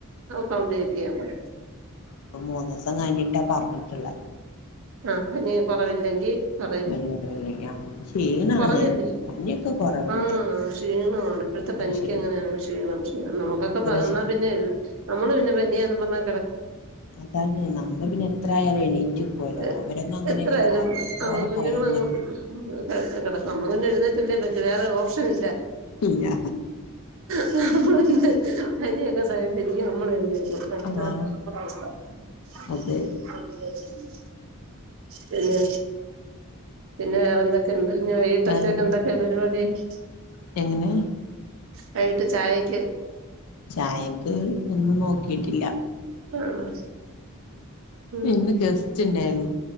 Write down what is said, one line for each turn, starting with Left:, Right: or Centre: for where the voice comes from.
Right: കൗണ്ട് ചെക്ക് ചെയ്യാൻ പറയും
Left: അപ്പൊ മൂന്ന് ദിവസം കഴിഞ്ഞിട്ട് പറഞ്ഞിട്ടുള്ള
Right: ആഹ് പനി കൊറവില്ലെങ്കിൽ പറയ്,
Left: പനി കുറവില്ല ക്ഷീണാണ്
Right: കൊറഞ്ഞില്ലേ?
Left: പനിയൊക്കെ കുറവുണ്ട്
Right: ആ, ക്ഷീണമാണ്. ഇപ്പഴത്തെ
Left: ഇത്ര
Right: പനിക്ക്
Left: ക്ഷീണം
Right: അങ്ങനെയാണ്. ക്ഷീണം ക്ഷീണം. നമ്മുക്കൊക്കെ
Left: ഇത്ര
Right: പകർന്നാ
Left: ക്ഷീണം
Right: പിന്നെ നമ്മള് പിന്നെ പനിയാന്ന് പറഞ്ഞ
Left: അതാണ്. നമ്മള് പിന്നെ എത്രായാലും എണീറ്റ് നിക്കുവല്ലോ
Right: <inaudible>
Left: അവരൊന്നും അങ്ങനെയല്ല
Right: എത്രായാലും
Left: അയൽവക്കോടെ
Right: <unintelligible> കുഞ്ഞുങ്ങളങ്ങ്
Left: പോയാൽ മതി
Right: <unintelligible> കിടക്ക <inaudible> നമ്മള് പിന്നെ എഴുന്നേറ്റല്ലേ പറ്റൂ. വേറെ ഓ <unintelligible>
Left: ഇല്ലാ.
Right: <unintelligible> <unintelligible> <unintelligible> <unintelligible> രികെ നമ്മള് എഴുന്നേ <unintelligible> <unintelligible> <unintelligible>
Left: ആഹ് അതെ
Right: <unintelligible> <inaudible> <inaudible> പിന്നെ, പിന്നെ വേറെ എന്തൊക്കെയുണ്ട്? എനി, വൈകിട്ടത്തേക്കെന്തൊക്കെയാ
Left: വേറെ
Right: പരിപാടി? <unintelligible>
Left: എങ്ങനെ?
Right: വൈകിട്ട് ചായയ്ക്ക്
Left: ചായക്ക് ഒന്നും നോക്കീട്ടില്ല.
Right: ആണോ ഉം
Left: ഇന്ന് ഗസ്റ്റ് ണ്ടായിരുന്നു.